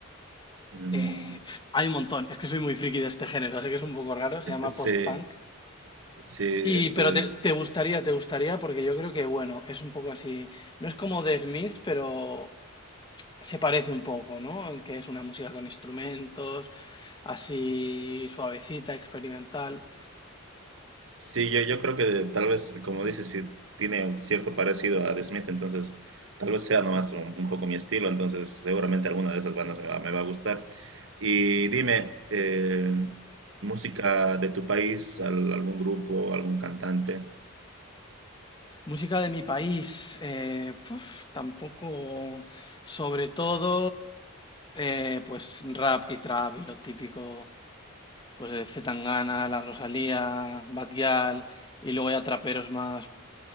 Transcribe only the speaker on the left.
Eh, pf, hay un montón. Es que soy muy friki de este género, así que es un poco raro. Se llama
post-punk.
Y, pero te, te gustaría, te gustaría, porque yo creo que, bueno, es un poco así. No es como The Smith, pero se parece un poco, ¿no? En que es una música con instrumentos así suavecita, experimental.
Música de mi país, eh, uf, tampoco, sobre todo, eh, pues rap y trap y lo típico, pues de C. Tangana, La Rosalía, Bad y luego ya traperos más,